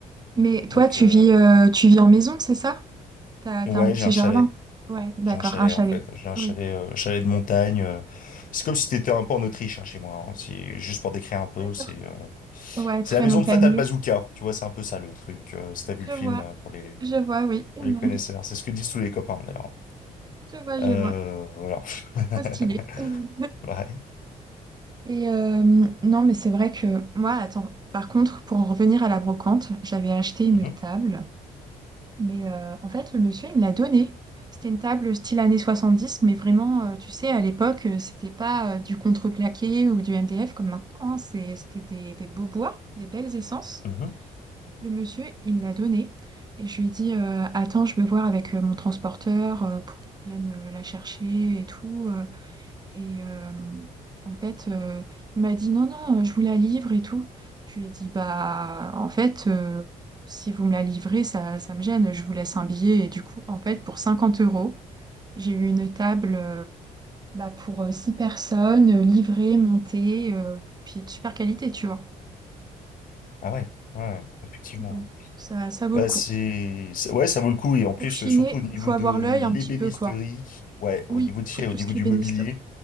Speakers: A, on the right; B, on the left.
A: Mais
B: Donc,
A: toi, tu
B: euh,
A: vis, euh, tu vis en maison, c'est ça? T'as,
B: ouais,
A: t'as un petit
B: j'ai un chalet.
A: jardin? Ouais, d'accord,
B: J'ai un chalet,
A: un chalet.
B: en fait. J'ai un chalet,
A: Oui,
B: euh, chalet de montagne. euh. C'est comme si t'étais un peu en Autriche, hein, chez moi. hein. C'est juste pour décrire un peu,
A: d'accord.
B: c'est... euh,
A: Ouais,
B: C'est
A: très
B: la maison
A: montagneux.
B: de Fatal Bazooka, tu vois, c'est un peu ça le truc. Euh, si t'as vu le
A: Je
B: film
A: vois,
B: euh, pour les,
A: je vois, oui.
B: pour
A: <laughs>
B: les connaisseurs. C'est ce que disent tous les copains, d'ailleurs.
A: Je vois, je
B: Euh,
A: vois.
B: voilà. <laughs>
A: Trop stylé. <laughs>
B: Ouais.
A: Et euh, non, mais c'est vrai que moi, attends, par contre, pour en revenir à la brocante, j'avais acheté une
B: Mhm,
A: table, mais euh, en fait, le monsieur, il me l'a donnée. C'était une table style années dix mais vraiment, euh, tu sais, à l'époque, euh, c'était pas euh, du contreplaqué ou du MDF comme maintenant, hein. C'est- c'était des, des beaux bois, des belles essences.
B: mhm.
A: Le monsieur, il me l'a donnée et je lui ai dit, euh, attends, je vais voir avec euh, mon transporteur euh, pour qu'il vienne euh, la chercher et tout. euh. Et euh, en fait, euh, il m'a dit non, non, euh, je vous la livre et tout. Je lui ai dit, bah, en fait, euh, si vous me la livrez, ça, ça me gêne, je vous laisse un billet. Et du coup, en fait, pour 50 euros, j'ai eu une table euh, bah, pour euh, six personnes, euh, livrée, montée, euh, puis de super qualité, tu vois.
B: Ah ouais, ouais, ouais. effectivement.
A: Donc,
B: ouais.
A: ça, ça vaut
B: Bah
A: le coup.
B: c'est, c'est- ouais, ça vaut le coup et en plus
A: Pour chiner,
B: euh, surtout au niveau
A: il faut
B: de
A: avoir l'œil un
B: l'ébénisterie,
A: petit peu, quoi.
B: ouais, au
A: Oui,
B: niveau de, chez-
A: pour tout
B: au niveau
A: ce qui
B: du
A: est bénisterie.
B: mobilier,